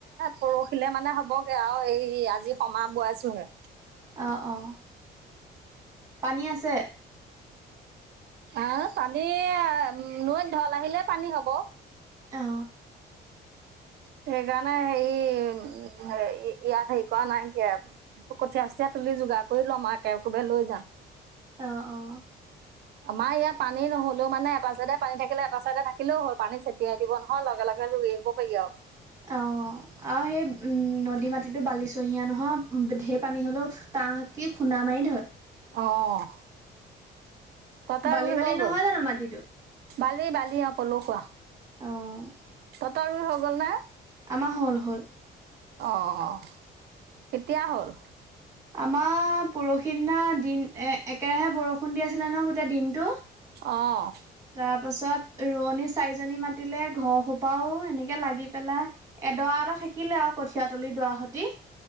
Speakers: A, on the right (about 65°); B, on the right (about 15°).
A: পৰহিলে মানে হ'বগে আৰু এই আজি সমা বোৱাইছোহে।
B: অঁ অঁ' পানী আছে?
A: আ, পানী নৈত ঢল আহিলে পানী হ'ব।
B: অঁ।
A: সেইকাৰণে হেৰি উম ইয়াত হেৰি কৰা নাইকিয়া। কঠীয়া চঠীয়া তুলি যোগাৰ কৰি লম, মই একে কোবে লৈ যাম।
B: অঁ অঁ।
A: <unintelligible> আমাৰ ইয়াত পানী নহ'লেও মানে এটা চাইডে পানী থাকিলে এটা চাইডে থাকিলেও হ'ল, পানী ছটিয়াই দিব নহয় লগে লগে ৰুই আহিব পাৰিবি আৰু।
B: অঁ আৰু সেই উমঁ' নদী মাটিতো বালি চহিয়া নহয়, ঢেৰ পানী হ'লেও তাহ কি খুন্দা মাৰি ধৰে।
A: অঁ। তহঁতৰ
B: বালি
A: ৰুই
B: বালি
A: হৈ গ'ল?
B: নহয় জানো মাটিটো
A: বালি বালি অঁ' পলখুৱা।
B: অঁ।
A: তহঁতৰ ৰুই হৈ গ'ল না?
B: আমাৰ হ'ল হ'ল।
A: অঁ' কেতিয়া হ'ল?
B: আমাৰ পৰহিদিনা দিন একেৰাহে বৰষুণ দি আছিলে নহয় গোটেই দিনটো
A: অঁ।
B: তাৰ পাছত ৰোৱনী চাৰিজনী মাতিলে, ঘৰ সোপাও এনেকে লাগি পেলাই এডৰা এটা থাকিলে আৰু কঠিয়া তুলি দুৱাহতি,